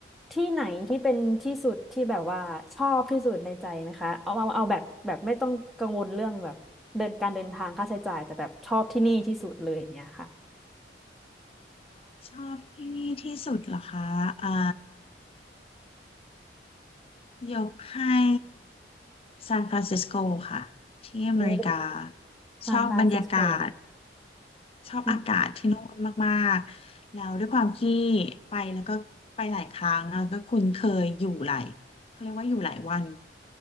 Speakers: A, in the centre; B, on the left.
A: ที่ไหนที่เป็นที่สุดที่แบบว่าชอบที่สุดในใจไหมคะเอาเอาเอาแบบแบบไม่ต้องกังวลเรื่องแบบเดินการเดินทางค่าใช้จ่ายแต่แบบชอบที่นี่ที่สุดเลยอย่างเงี้ยค่ะ
B: ชอบที่นี่ที่สุดเหรอคะอ่า ยกให้ซานฟรานซิสโกค่ะที่อเมริกา
A: โอ้ซานฟรานซิสโก
B: ชอบบรรยากาศ
A: <laughs>
B: ชอบอากาศที่นู่นมากๆแล้วด้วยความที่
A: อืม
B: ไปแล้วก็ไปหลายครั้งแล้วก็คุ้นเคยอยู่หลายเขาเรียกว่าอยู่หลายวัน